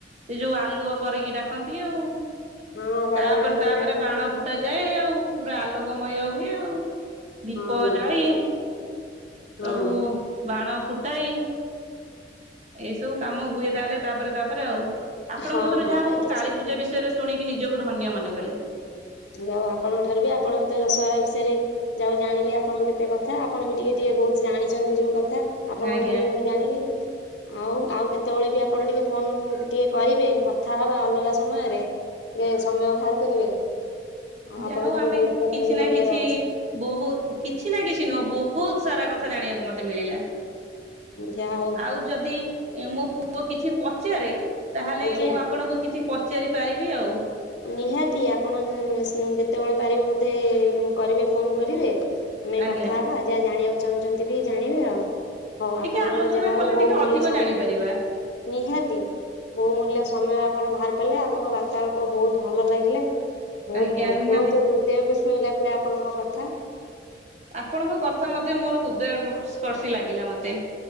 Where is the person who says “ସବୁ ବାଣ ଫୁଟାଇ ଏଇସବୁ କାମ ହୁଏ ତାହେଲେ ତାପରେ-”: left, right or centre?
Right